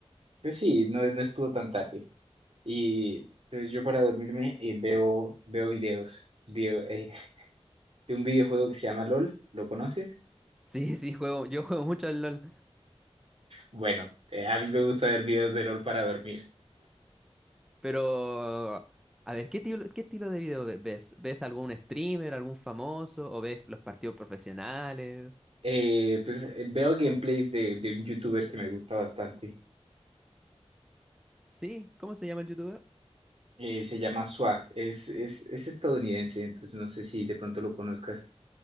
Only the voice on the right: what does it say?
Pues sí, no, no estuvo tan tarde. Y entonces yo para dormirme eh, veo, veo videos video- eh, <laughs> de un videojuego que se llama LOL, ¿lo conoces?
Bueno, eh, a mí me gusta ver videos de LOL para dormir.
Eh, pues eh, veo gameplays de, de un youtuber que me gusta bastante.
Eh, se llama Swag, es, es, es estadounidense, entonces no sé si de pronto lo conozcas.